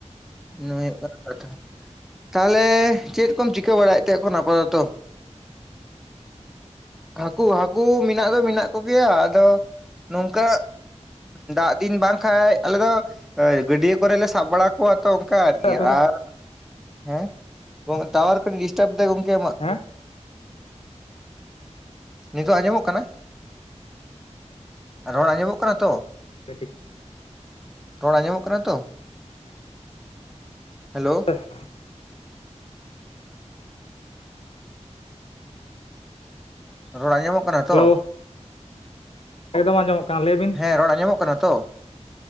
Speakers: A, in the centre; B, on the left.
A: ᱤᱱᱟᱹ ᱦᱩᱭᱳᱜ ᱠᱟᱱᱟ ᱠᱟᱛᱷᱟ᱾ ᱛᱟᱦᱞᱮ ᱪᱮᱫ ᱠᱚᱢ ᱪᱤᱠᱟᱹ ᱵᱟᱲᱟᱭᱮᱫ ᱛᱮ ᱮᱠᱷᱚᱱ ᱟᱯᱟᱛᱚᱛᱚ? ᱦᱟᱠᱩ ᱦᱟᱠᱩ ᱢᱮᱱᱟᱜ ᱫᱚ ᱢᱮᱱᱟᱜ ᱠᱚᱜᱮᱭᱟ ᱟᱫᱚ ᱱᱚᱝᱠᱟ ᱫᱟᱜ ᱫᱤᱱ ᱵᱟᱝᱠᱷᱟᱡ ᱟᱞᱮ ᱫᱚ ᱜᱟᱹᱰᱭᱟᱹ ᱠᱚᱨᱮᱞᱮ ᱥᱟᱵ ᱵᱟᱲᱟ ᱠᱚᱣᱟᱜ ᱛᱚ ᱚᱱᱠᱟ ᱟᱨᱠᱤ
B: ᱦᱮᱸ
A: ᱟᱨ ᱦᱮᱸ ᱴᱟᱣᱟᱨ ᱠᱟᱹᱴᱤᱡ ᱰᱤᱥᱴᱟᱵ ᱫᱟᱭ ᱜᱚᱝᱠᱮ ᱟᱢᱟᱜ᱾
B: ᱦᱮᱸ?
A: ᱱᱤᱛᱚᱜ ᱟᱸᱡᱚᱢᱚᱜ ᱠᱟᱱᱟ, ᱨᱚᱲ ᱟᱸᱡᱚᱢᱚᱜ ᱠᱟᱱᱟ ᱛᱚ?
B: ᱠᱟᱹᱴᱤᱡ᱾
A: ᱨᱚᱲ ᱟᱸᱡᱚᱢᱚᱜ ᱠᱟᱱᱟ ᱛᱚ? ᱦᱮᱞᱳ᱾
B: <unintelligible>
A: ᱨᱚᱲ ᱟᱸᱡᱚᱢᱚᱜ ᱠᱟᱱᱟ? ᱛᱚ
B: ᱦᱮᱞᱳ᱾ ᱮᱠᱫᱚᱢ ᱟᱸᱡᱚᱢᱚᱜ ᱠᱟᱱᱟ ᱞᱟᱹᱭ ᱵᱤᱱ᱾
A: ᱦᱮᱸ ᱨᱚᱲ ᱟᱸᱡᱚᱢᱚᱜ ᱠᱟᱱᱟ ᱛᱚ?